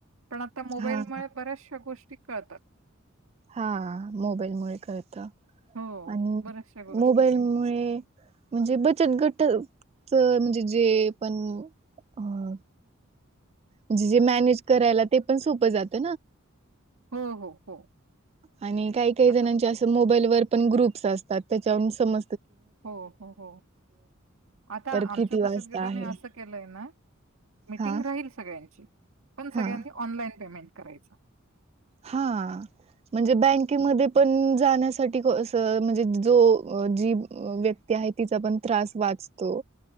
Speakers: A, on the right; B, on the right.
A: पण आता मोबाईलमुळे
B: हा
A: बऱ्याचशा गोष्टी करतात
B: हा मोबाईल मु करत
A: हो,
B: आणि
A: बऱ्याचशा गोष्टी
B: मोबाईल मु म्हणजे बचत गट तर म्हणजे जे पण अं म्हणे जे मॅनेज करायला ते पण सोप जात
A: हो, हो, हो.
B: आणि काही काही
A: आता
B: जणांचे अस मोबाईल वर पण ग्रुप्स असत त्या त्याच्यावरून सम
A: हो हो हो आता
B: परत
A: आमच्या
B: किती
A: बचत
B: वाजता
A: गटाने
B: आहे
A: असं केलंय ना मिीटिंग
B: हा
A: राहील सगळ्यांची <unintelligible> पण
B: हा
A: सगळ्यांनी ऑनलाईन पेमेंट करायचा
B: हा म्हणजे बँकेमध्ये पण जाण्यासाठी म्हणजे जो जी व्यक्ती आहे तिचा पण त्रास वाचतो